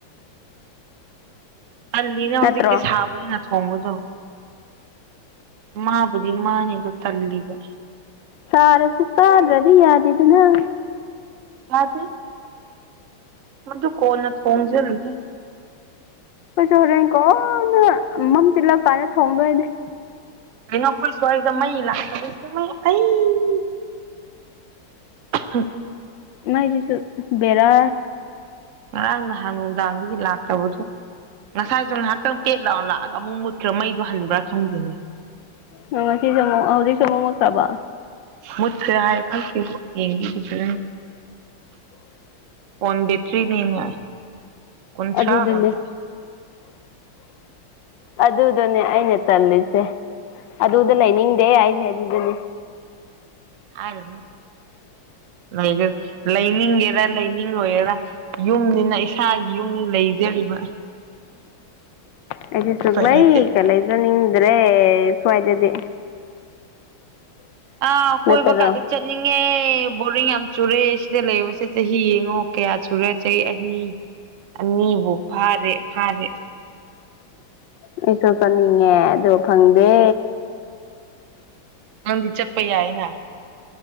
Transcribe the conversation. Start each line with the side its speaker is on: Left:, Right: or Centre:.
Right: ꯍꯜꯂꯤꯅ
Left: ꯅꯠꯇ꯭ꯔꯣ
Right: ꯍꯧꯖꯤꯛ ꯀꯁꯥꯕꯅꯤ ꯅꯠꯇ ꯊꯣꯡꯕꯗꯣ ꯃꯥꯕꯨꯗꯤ ꯃꯥꯅꯦꯗꯣ ꯇꯜꯂꯤꯕ
Left: ꯁꯔ ꯁꯁꯀꯔ ꯔꯗꯤ ꯌꯥꯗꯤꯗꯅꯥ
Right: ꯌꯥꯗꯦ ꯃꯗꯨ ꯀꯣꯟꯅ ꯊꯣꯡꯖꯔꯨꯒꯦ
Left: ꯑꯩꯣꯏꯁꯨ ꯍꯣꯔꯦꯟ ꯀꯣꯟꯅ ꯃꯝ ꯆꯤꯠꯂꯛ ꯀꯥꯟꯗ ꯊꯣꯡꯗꯣꯏꯗꯤ
Right: ꯀꯩꯅꯣ ꯑꯩꯈꯣꯏ ꯁ꯭ꯋꯥꯏꯗ ꯃꯩ ꯂꯥꯛꯇꯕꯩ ꯑꯩ ꯍꯝ
Left: ꯃꯥꯏꯗꯤꯁꯨ ꯕꯦꯔꯥ
Right: ꯉꯔꯥꯡ ꯅꯍꯥꯟ ꯅꯨꯡꯗꯥꯡꯗꯒꯤ ꯂꯥꯛꯇꯕꯗꯣ ꯉꯁꯥꯏꯁꯨ ꯉꯥꯏꯍꯥꯛꯇꯪ ꯇꯦꯠ ꯂꯥꯎꯒ ꯂꯥꯛꯑꯒ ꯑꯃꯨꯛ ꯃꯨꯠꯈ꯭ꯔꯥ ꯃꯩꯗꯣ ꯍꯟꯕ꯭ꯔꯥ ꯈꯪꯗꯦꯅꯦ
Left: ꯉꯁꯤꯁꯨꯦ ꯑꯃꯨꯛ ꯍꯧꯖꯤꯛꯁꯨ ꯑꯃꯨꯃꯛꯇ꯭ꯔꯕ
Right: ꯃꯨꯠꯈ꯭ꯔꯦ ꯍꯥꯏ ꯈꯪꯛꯇꯦ ꯌꯦꯡꯕꯤꯗꯨꯗꯨ ꯄꯣꯟꯗꯦꯇ꯭ꯔꯤ ꯅꯃꯤ ꯀꯟꯁ꯭ꯔꯥ
Left: ꯑꯗꯨꯗꯨꯅꯦ
Right: ꯈꯗ
Left: ꯑꯗꯨꯗꯨꯅꯦ ꯑꯩꯅ ꯇꯜꯂꯤꯁꯦ ꯑꯗꯨꯗ ꯂꯩꯅꯤꯡꯗꯦ ꯑꯩꯁꯦ ꯑꯗꯨꯗꯨꯅꯤ
Right: ꯑꯔꯅ ꯂꯩ ꯂꯩꯅꯤꯡꯒꯦꯔꯥ ꯂꯩꯅꯤꯡꯂꯣꯏꯒꯦꯔꯥ ꯌꯨꯝꯅꯤꯅ ꯏꯁꯥꯒꯤ ꯌꯨꯝꯅꯤ ꯂꯩꯖꯔꯤꯕ <inaudible>
Left: ꯑꯩꯁ ꯁꯨꯛꯂꯩꯀ
Right: ꯎꯄꯥꯏ ꯂꯩꯇꯦ
Left: ꯂꯩꯖꯅꯤꯡꯗ꯭ꯔꯦ ꯁ꯭ꯋꯥꯏꯗꯗꯤ
Right: ꯑ ꯀꯣꯏꯕ
Left: ꯅꯠꯇꯔꯣ
Right: ꯀꯥ ꯑꯗꯨ ꯆꯅꯤꯡꯉꯦ ꯑꯦ ꯕꯣꯔꯗꯤꯡ ꯌꯥꯝ ꯆꯨꯔꯦ ꯁꯤꯗ ꯂꯩꯕꯁꯦ ꯆꯍꯤ ꯌꯦꯡꯉꯣ ꯀꯌꯥ ꯆꯨꯔꯦ ꯆꯍꯤ ꯑꯅꯤ ꯅꯤꯕꯨ ꯐꯚꯔꯦ ꯐꯔꯦ
Left: ꯑꯩꯁꯨ ꯐꯅꯤꯡꯉꯦ ꯑꯗꯣ ꯐꯪꯗꯦ
Right: ꯅꯪꯗꯤ ꯆꯠꯄ ꯌꯥꯏꯅ